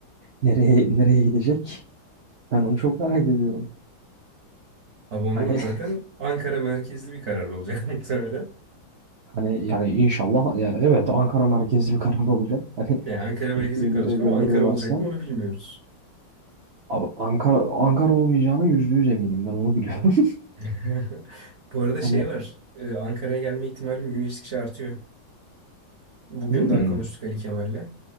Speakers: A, on the right (about 70°); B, on the right (about 45°).
A: nereye nereye gidecek? Ben onu çok merak ediyorum.
B: Abi onu
A: Hani
B: zaten
A: <laughs>
B: Ankara merkezli bir karar olacak <laughs> muhtemelen.
A: Hani yani inşallah ya evet Ankara merkezli bir karar olacak. Hani
B: Yani
A: <laughs>
B: Ankara merkezli
A: ülkeyi
B: bir karar
A: nereye
B: olacak
A: gönderiyorlarsa
B: ama Ankara olacak mı onu bilmiyoruz.
A: abi Ankara Ankara olmayacağına yüzde yüz eminim ben onu biliyorum. <laughs>
B: <laughs> Bu arada şey
A: Hani
B: var. e, Ankara'ya gelme ihtimalim gün geçtikçe artıyor. Bugün
A: hmm,
B: daha konuştuk Ali Kemal'le.